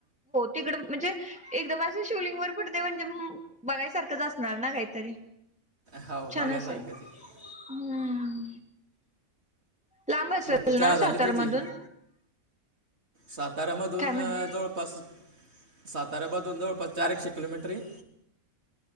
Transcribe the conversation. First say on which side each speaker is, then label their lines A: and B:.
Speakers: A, in the centre; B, on the right (about 50°).
A: तिकडं म्हणजे एकदम असं शिवलिंग वर पडते म्हणजे, बघायसारखंच असणार ना काहीतरी.
B: हाव
A: छान
B: बघायसारखंच
A: असेल
B: आहे
A: हम्म लांब असेल
B: बाकी चहा
A: ना
B: झाली
A: सातारमधून.
B: तुझी साताऱ्यामधून
A: काय म्हण
B: जवळपास साताऱ्यामधून जवळपास चारएकशे किलोमीटर येईल.